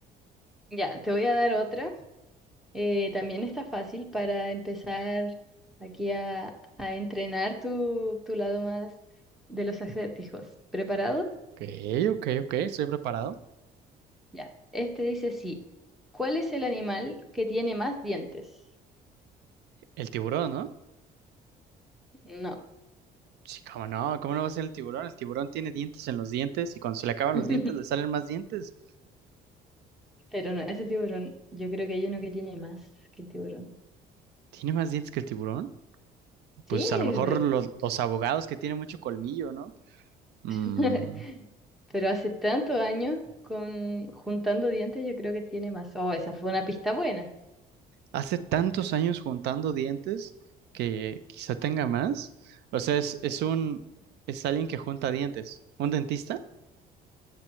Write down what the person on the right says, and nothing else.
Ok, ok, ok, estoy preparado.
El tiburón, ¿no?
Sí, cómo no, ¿cómo no va a ser el tiburón? El tiburón tiene dientes en los dientes y cuando se le acaban los
dientes le salen más dientes.
¿Tiene más dientes que el tiburón?
Pues a lo
mejor
los, los abogados que tienen mucho colmillo, ¿no? Mm,
hace tantos años juntando dientes que quizá tenga más. O sea, es, es un, es alguien que junta dientes. ¿Un dentista?